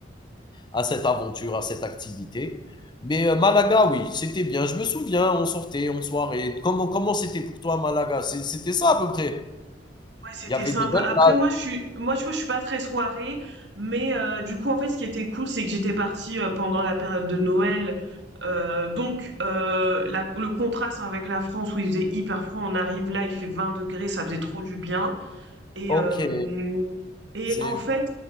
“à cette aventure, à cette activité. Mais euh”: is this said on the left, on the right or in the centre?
Left